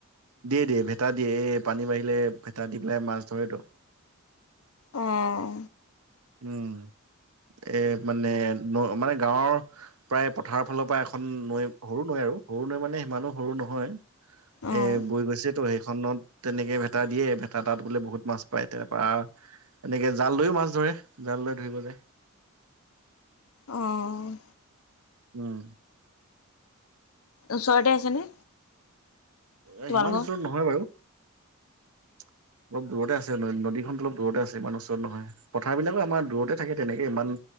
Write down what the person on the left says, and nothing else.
আহ।
অঁ
আহঁ।
ওচৰতে আছেনে?
তোমালোকৰ